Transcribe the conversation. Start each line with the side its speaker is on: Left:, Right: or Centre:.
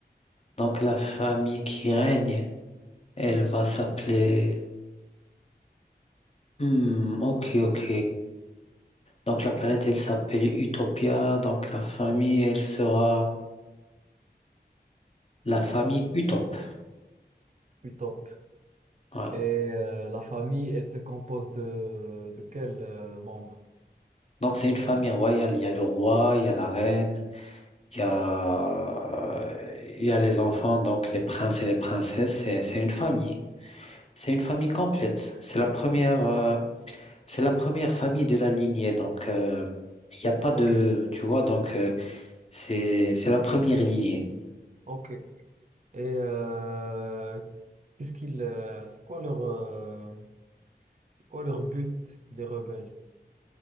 Left: donc la famille qui règne, elle va s'appeler, hmm, ok, ok. Donc la planète, elle s'appelle Utopia, donc la famille,
Right: hmm.
Left: elle sera la famille Utop.
Right: Du top.
Left: Ouais.
Right: Et euh, la famille, elle se compose de, de quels euh, membres?
Left: Donc c'est une famille royale, il y a le roi, il y a la reine. Il y a, il y a les enfants, donc les princes et les princesses, c'est, c'est une famille. C'est une famille complète. C'est la première, euh, c'est la première famille de la lignée. Donc, euh, il n'y a pas
Right: Ok,
Left: de, tu vois, donc euh, c'est, c'est la première lignée.
Right: ok. Et euh, qu'est-ce qu'ils, euh, c'est quoi leur, euh, c'est quoi leur but, les rebelles?